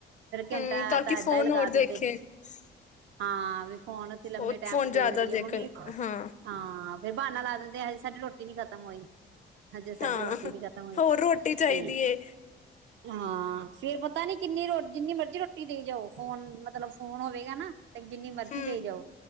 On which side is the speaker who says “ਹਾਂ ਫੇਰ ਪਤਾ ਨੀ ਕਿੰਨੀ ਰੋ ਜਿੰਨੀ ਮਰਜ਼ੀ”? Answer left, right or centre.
Right